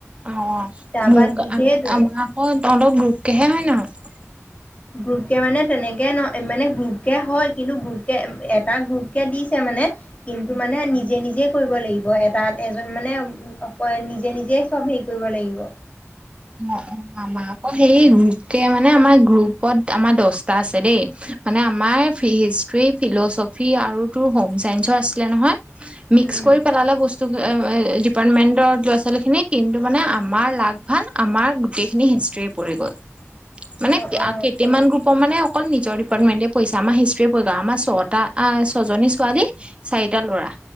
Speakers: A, on the right; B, on the left.
A: অ
B: তাৰপা
A: মোক
B: দি সেইটোৱে
A: আমাৰ আকৌ তহঁতৰ গ্ৰুপকেহে হয় নহয়
B: গ্ৰুপ কে মানে তেনেকে ন মানে গ্ৰুপ কে হয় কিন্তু গ্ৰুপ কে এটা গ্ৰুপ দিছে মানে কিন্তু মানে নিজে নিজে কৰিব লাগিব এটাত এজন মানে অ নিজে নিজে চব হেৰি কৰিব লাগিব
A: অ অ আমাৰ আকৌ সে গ্ৰুপকে মানে আমাৰ গ্ৰুপত আমাৰ দহটা আছে দেই মানে আমাৰ হিষ্ট্ৰি ফিলচফি আৰু তোৰ হোম চাইন্সৰ আছিলে নহয় মিক্স
B: উম
A: কৰি পেলালে বস্তু ডিপাৰ্টমেন্টৰ ল'ৰা ছোৱালী খিনিক কিন্তু মানে আমাৰ লাগ ভাল আমাৰ গোটেইখিনি হিষ্ট্ৰি পৰি গ'ল মানে
B: অ অ
A: কেইটামান গ্ৰুপৰ মানে অকল নিজৰ ডিপাৰ্টমেন্টে পইছা আমাৰ হিষ্ট্ৰীয়ে পঢ়া আমাৰ ছটা ছয়জনী ছোৱালী চাৰিটা ল'ৰা